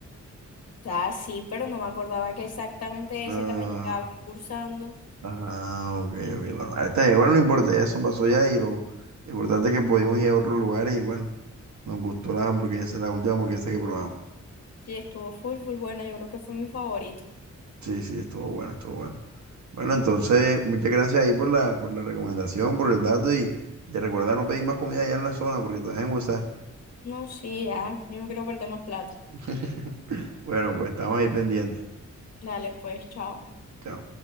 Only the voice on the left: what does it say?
O sea, sí, pero no me acordaba que exactamente
ese también estaba concursando.
Sí, estuvo full, full buena. Yo creo que fue mi favorito.
No, sí, ya. Yo no quiero perder más plata.
Dale, pues, chao.